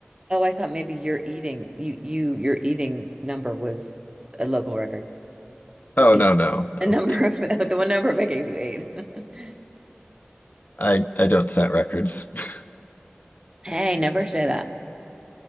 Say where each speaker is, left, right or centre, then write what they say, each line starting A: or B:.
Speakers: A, on the right; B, on the left.
A: Oh, I thought maybe your eating you you your eating number was a local record. Your
B: Oh
A: eat
B: no, no,
A: the
B: no.
A: number of <laughs> the one number of pancakes you ate. <laughs>
B: I I don't set records. <laughs>
A: Hey, never say that.